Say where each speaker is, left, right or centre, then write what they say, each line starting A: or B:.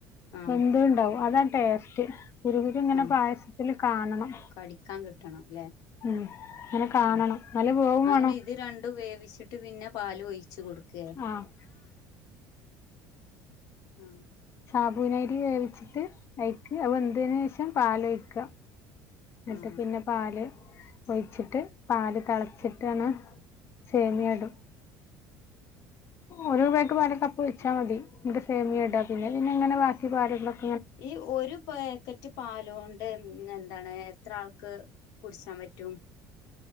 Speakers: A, on the left; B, on the left.
A: ആഹ്
B: വെന്ത് ഉണ്ടാവും അതാ ടേസ്റ്റ് കുരുകുരു ഇങ്ങനെ
A: ആഹ്
B: പായസത്തില് കാണണം
A: കടിക്കാൻ കിട്ടണം അല്ലെ
B: ഉം അങ്ങനെ കാണണം
A: ആഹ്
B: നല്ല വേവും
A: അങ്ങനെ
B: വേണം
A: ഇത് രണ്ടും വേവിച്ചിട്ട് ഇട്ട് പിന്നെ പാല് ഒഴിച്ചു കൊടുക്കെ
B: ആഹ്
A: ഉം
B: സാബൂനരി വേവിച്ചിട്ട് അയിക്ക് അത് വെന്തിന് ശേഷം പാല് ഒഴക്യാ എന്നിട്ട്
A: ആഹ്
B: പിന്നെ പാല് ഒഴിച്ചിട്ട് പാല് തിളച്ചിട്ടാണ് സേമിയ ഇടും ഒരു പാക്ക് പാല് കപ്പ് ഒഴിച്ചാൽ മതി പിന്നെ സേമിയ
A: ആഹ്
B: ഇട പിന്നെ പിന്നെ അങ്ങനെ ബാക്കി പാലുള്ളത്
A: ഈ ഒരു പാക്കറ്റ് പാല് കൊണ്ട് എന്താണ് എത്ര ആൾക്ക് കുടിച്ചാൻ പറ്റും